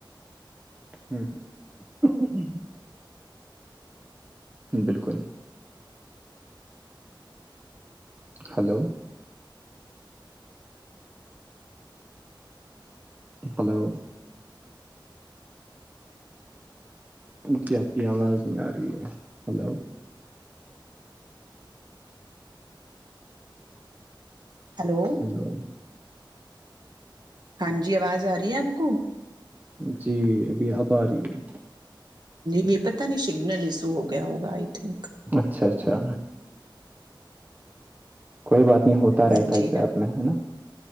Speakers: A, on the right (about 20°); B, on the right (about 55°).
A: ہوں ہ <unintelligible> بالکل ہلو ہلو جی آپ کی آواز نہیں آ رہی ہے ہلو
B: ہیلو
A: ہلو
B: ہاں جی آواز آ رہی ہے آپ کو
A: جی ابھی اب آ رہی ہے
B: یہ پتا نہیں سگنل ایشو ہو گیا ہوگا آئی تھنک
A: اچھا اچھا کوئی بات نہیں ہوتا رہتا
B: ہاں جی
A: اس ایپ میں ہے نا